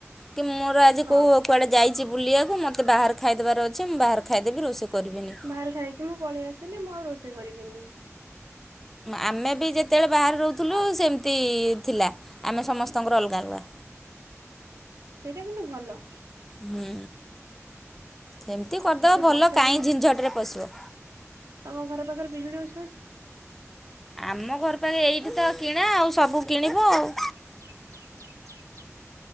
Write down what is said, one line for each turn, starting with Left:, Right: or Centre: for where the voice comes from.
Centre: କି ମୋର ଆଜି
Right: ହଁ
Centre: କେଉଁ କୁଆଡ଼େ ଯାଇଛି ବୁଲିବାକୁ ମୋତେ ବାହାର ଖାଇଦେବାର ଅଛି ମୁଁ ବାହାରାରେ ଖାଇଦେବି ରୋଷେଇ କରିବିନି।
Right: ବାହାରାରେ ଖାଇକି ମୁଁ ପଳେଇ ଆସିଲି ମୁଁ ଆଉ ରୋଷେଇ କରିବିନି।
Centre: ଆମେ ବି ଯେତେବେଳେ ବାହାରେ ରହୁଥିଲୁ
Right: ଆ
Centre: ସେମିତି ଥିଲା ଆମେ ସମସ୍ତଙ୍କର ଅଲଗା ଅଲଗା।
Right: ସେଇଟା କିନ୍ତୁ ଭଲ।
Centre: ହୁଁ ସେମିତି କରିଦବ
Right: ଏବେ
Centre: ଭଲ
Right: ବର୍ଷା
Centre: କାହିଁ ଝିିନଝଟ ରେ ପଶିବ।
Right: ତୁମ ଘର ପାଖରେ ପିଜୁଳି ଗଛ ଅଛି।
Centre: ଆମ ଘର ପାଖରେ ଏଇଠି ତ କିଣା ଆଉ ସବୁ କିଣିବ ଆଉ।
Right: ହ <unintelligible>